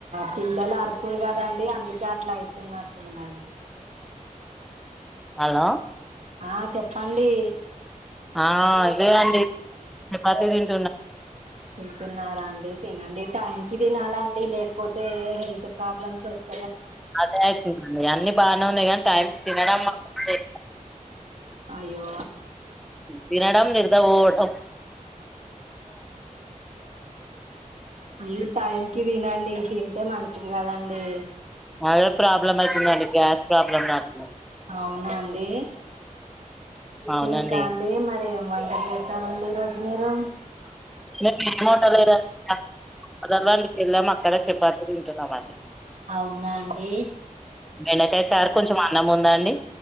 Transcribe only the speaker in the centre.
హలో
ఆ అదె అండి చపాతి తిన్
అదే అయితుందండి అన్ని బానే ఉన్నాయి గానీ టైం తినడం మాత్రం
తినడం నిద్ర పోవడం
అదె ప్రాబ్లెమైతుందండి గ్యాస్ ప్రాబ్లమ్ నాకు
అవునండి
నేనేం వండలేదండి అథర్ లాండ్కి వెళ్ళాము అక్కడె చెపాతి తింటున్నామండి
బెండకాయ చారు కొంచెం అన్నం ఉందండి